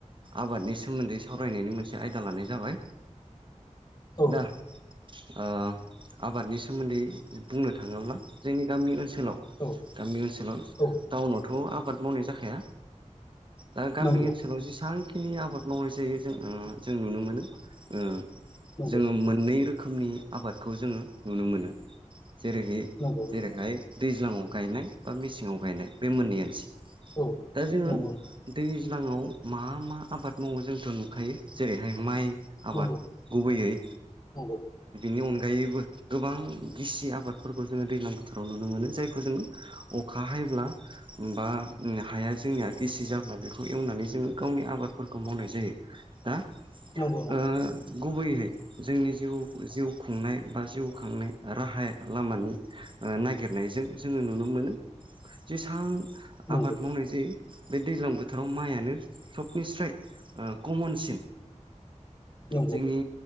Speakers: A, on the right; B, on the left.
A: आबादनि सोमोन्दै सावरायनायनि मोनसे आयदा लानाय जाबाय
B: औ
A: दा ओ आबादनि सोमोन्दै बुंनो थाङोब्ला जोंनि गामि ओनसोलाव
B: औ
A: गामि ओनसोलाव
B: औ
A: टाउनावथ' आ बाद मावनाय जाखाया दा गामि
B: नंगौ
A: ओनसोलाव जेसां खिनि आबाद मावनाय जायो जों ओजों नुनो मोनो ओ
B: नंगौ
A: जोङो मोननै रोखोमनि आबादखौ जोङो नुनो मोनो जेरैहाय
B: नंगौ
A: जेरैहाय
B: नंगौ
A: दैज्लाङाव गायनाय बा मेसेङाव गायनाय बे मोननैयानोसै
B: औ
A: दा जोङो
B: नंगौ
A: दैज्लाङाव मा मा आबाद मावो जोंथ' नुखायो जेरैहाय माइ आबाद
B: नंगौ
A: गुबैयै
B: नंगौ
A: नि अनगायैबो गोबां गिसि आबादफोरखौ जोङो दैजलां बोथोराव नुनो मोनो जायखौ जों अखा हायब्ला बा हाया जोंनिया गिसि जाब्ला बेखौ एवनानै जोङो गावनि आबादफोरखौ मावनाय जायो दा
B: नंगौ
A: ओ गुबैयैहै जोंनि जिउ जिउ खुंनाय बा जिउ खांनाय राहाया लामानि ओ नागिर नायजों जोङो नुनो मोनो जेसां
B: नंगौ
A: आबाद
B: नंगौ
A: मावनाय जायो। बे दैज्लां बोथोराव माइयानो सबनिस्राय ओ कमनसिन
B: नंगौ
A: जोंनि
B: नंगौ